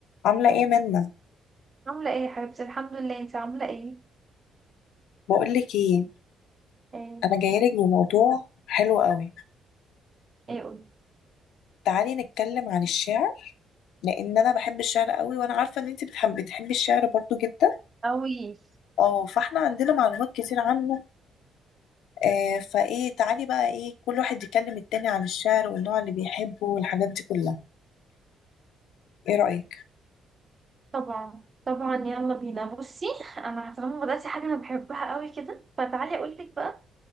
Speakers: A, on the left; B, on the right.
A: عاملة ايه منا؟
B: عاملة ايه يا حبيبتي الحمد لله انت عاملة ايه
A: بقولك ايه
B: ايه
A: انا جايلك بموضوع حلو قوي
B: ايه قولي
A: تعالي نتكلم عن الشعر لان انا بحب الشعر قوي وانا عارفة ان انت بتحب بتحبي الشعر برضو جدا
B: أوي
A: اه فاحنا عندنا معلومات كتير عنه آه فايه تعالي بقى ايه كل واحد يكلم التاني عن الشعر والنوع اللي بيحبه والحاجات دي كلها ايه رأيك؟
B: طبعا طبعا يلا بينا بصي انا طالما بدأتي حاجة انا بحبها قوي كده فتعالي اقول لك بقى